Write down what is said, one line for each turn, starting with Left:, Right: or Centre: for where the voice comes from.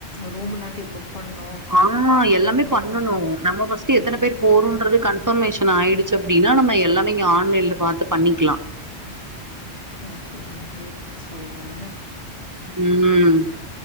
Left: ரூமுலான்ட்டி புக் பண்ணோ
Right: ஆமா
Left: அதெல்லா
Right: எல்லாமே பண்ணணு
Left: இருக்
Right: நம்ம ஃபர்ஸ்ட் எத்தனை
Left: டேட்
Right: பேர் போறோன்றது கன் கன்ஃபர்மேஷன் ஆயிடுச்சு அப்படின்னா நம்ம எல்லாமே இங்க ஆன்லைன்ல பாத்து பண்ணிக்கலா
Left: ஓக்கே நா கேட்டுட்டு சொல்றே
Right: உம்